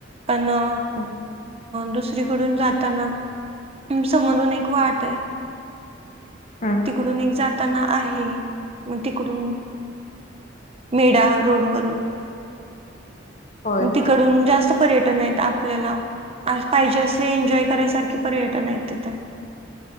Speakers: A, on the right (about 30°); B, on the left (about 40°).
A: पण अ
B: हम्म
A: दुसरीकडून जाताना समोरून एक वाट आहे.
B: हा
A: इकडून एक जाताना आहे मग तिकडून मीरा रोड वरून
B: होय
A: मग तिकडून
B: का
A: जास्त पर्यटन आहेत आपल्याला असं पाहिजे असे एन्जॉय करायसारखे पर्यटन आहेत तिथं